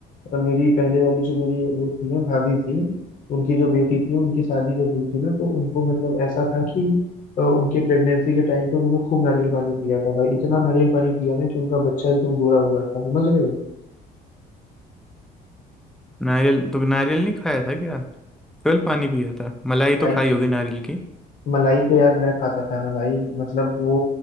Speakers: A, on the left (about 50°); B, in the centre.
A: मेरी पहले वाली जो मेरी वो थी ना भाभी थी उनकी जो बेटी थी उनकी शादी जब हुई थी ना तो उनको मतलब ऐसा था कि अ, उनके प्रेगनेंसी के टाइम पे उन्होंने खूब नारियल पानी पिया था भाई इतना नारियल पानी पिया ना कि उनका बच्चा एकदम गोरा हुआ था समझ रहे हो
B: नारियल तो नारियल नहीं खाया था क्या ट्वेल्व पानी पिया था मलाई
A: भाई,
B: तो खाई होगी नारियल की
A: मलाई तो यार मैं खाता था ना भाई मतलब वो